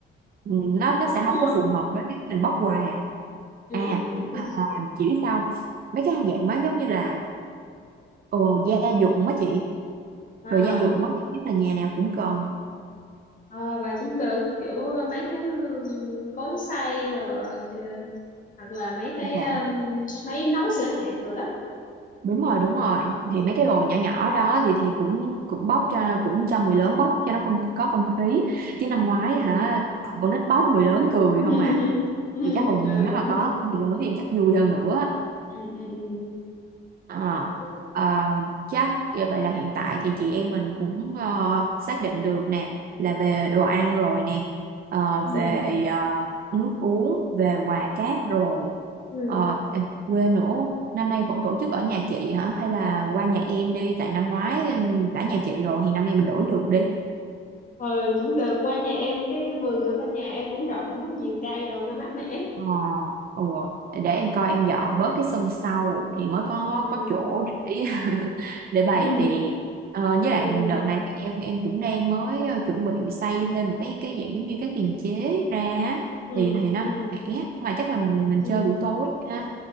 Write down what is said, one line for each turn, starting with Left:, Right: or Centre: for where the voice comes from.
Left: ừ.
Right: ừ, nó nó
Left: khó
Right: sẽ
Left: mua
Right: không có phù hợp với cái mình bóc quà
Left: ừ,
Right: à
Left: ừ, ừ, đúng
Right: hoặc
Left: rồi
Right: là chị biết sao không? mấy cái dạng má giống như là ồ, gia dụng á chị
Left: à
Right: đồ gia dụng á biết là nhà nào cũng cần
Left: ờ, và cũng được kiểu mấy cái ừ, cối xay rồi chứ- hoặc là mấy cái
Right: dạ
Left: um, máy nấu sữa hạt rồi đó
Right: đúng rồi đúng rồi thì mấy cái đồ nhỏ nhỏ đó thì thì cũng cũng bóc cho cũng cho người lớn bóc cho nó không có không khí chứ năm ngoái
Left: ừ
Right: hả còn con nít bóc người lớn cười
Left: <laughs>
Right: không à
Left: ừ ừ
Right: thì chắc còn nếu
Left: ừ
Right: mà có của người lớn thì chắc vui hơn nữa
Left: ừ
Right: à,
Left: ừ
Right: ờ, chắc như vậy là hiện tại thì chị em mình cũng ờ, xác định được nè là về đồ ăn rồi nè ờ,
Left: ừ
Right: về ờ, nước uống về quà cáp rồi
Left: ừ
Right: Ờ, à, quên nữa năm nay vẫn tổ chức ở nhà chị hả hay là qua nhà em đi tại năm ngoái ừm, đã nhà chị rồi thì năm nay mình đổi được đi
Left: ừ cũng được qua nhà em cái vườn ở bên nhà em cũng rộng á, nhiều cây đồ nó mát mẻ
Right: Ờ, ủa, để em coi em dọn bớt cái sân sau thì mới có
Left: ừ
Right: có chỗ để <laughs> để bày
Left: <laughs> ừ
Right: tiệc ờ, với lại
Left: ừ
Right: đợt này thì em em cũng đang mới ờ, chuẩn bị xây thêm một cái cái dạng giống như cái tiền chế ra á.
Left: ừ
Right: thì thì nó
Left: ừ
Right: mẻ nhưng mà chắc là mình mình
Left: ừ
Right: chơi buổi tối ha